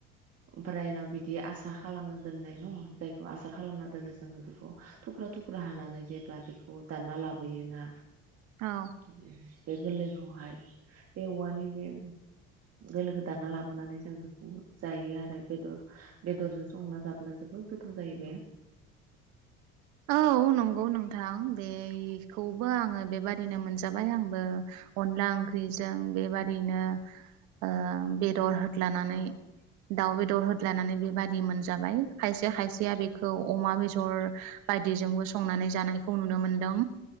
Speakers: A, on the right (about 55°); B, on the right (about 75°).
A: ओमफ्राय उनाव बिदि आसार खालामना दोननाय न' जायखौ आसार खालामना दोनो जोङो बेखौ थुख्रा थुख्रा हानानै जेब्ला बेखौ दानना लाबोयोना
B: औ
A: बिज <unintelligible> बे गोरलैखौहाय बे औवानि बे गोरलैखो दानना लाबोनानै जों जायो आरो बेदर बेदरजों संना जाब्ला जोबोद गोथाव जायो बे
B: औ नंगौ नोंथां बेखौबो आङो बेबादिनो मोनजाबाय आंबो अनला ओंख्रिजों बेबादिनो ओ बेदर हो लानानै
A: औ
B: दाउ बे- दर होदलानानै बेबादि मोनजाबाय खायसे खायसेया बे खौ अमा बेजर बायदिजोंबो संनानै जानायखौ नुनो मोन्दों